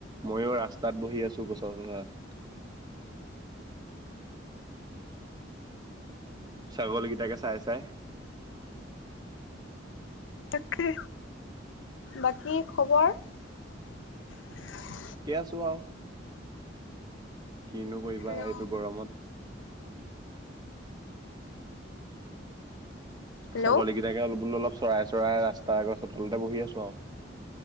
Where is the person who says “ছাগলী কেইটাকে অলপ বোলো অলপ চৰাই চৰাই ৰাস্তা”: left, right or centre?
Right